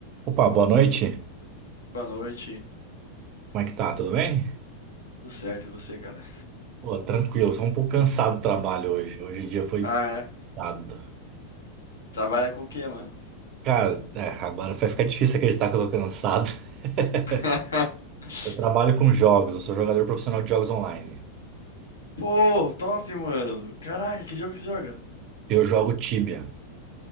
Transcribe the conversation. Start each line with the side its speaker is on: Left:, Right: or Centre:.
Right: Opa, boa noite.
Left: Boa noite.
Right: Como é que tá? Tudo bem?
Left: Tudo certo e você, cara?
Right: Pô, tranquilo, só um pouco cansado do trabalho hoje. Hoje o dia foi
Left: Ah, é.
Right: dado.
Left: Trabalha com o quê, mano?
Right: Cara, é, agora vai ficar difícil acreditar que eu tô cansado. <laughs>
Left: <laughs>
Right: Eu trabalho com jogos, eu sou jogador profissional de jogos online.
Left: Pô, top, mano. Caraca, que jogo que você joga?
Right: Eu jogo Tibia.